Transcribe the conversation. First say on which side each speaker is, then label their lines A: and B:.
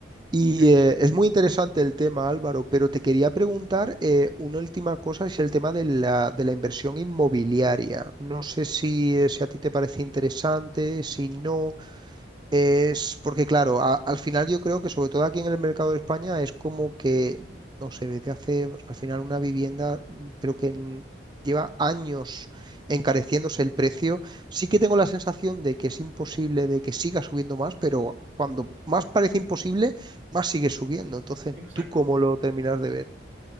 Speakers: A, on the right; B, on the right.
A: Y
B: Pero,
A: eh, es muy interesante el tema, Álvaro, pero te quería preguntar eh, una última cosa, es el tema de la, de la inversión inmobiliaria. No sé si, eh, si a ti te parece interesante, si no, es porque, claro, a- al final yo creo que sobre todo aquí en el mercado de España es como que, no sé, desde hace, pues, al final una vivienda mm, creo que en- lleva años encareciéndose el precio. Sí que tengo la sensación de que es imposible, de que siga subiendo más, pero cuando más parece imposible, más sigue subiendo. Entonces,
B: <laughs> exacto.
A: ¿tú cómo lo terminas de ver?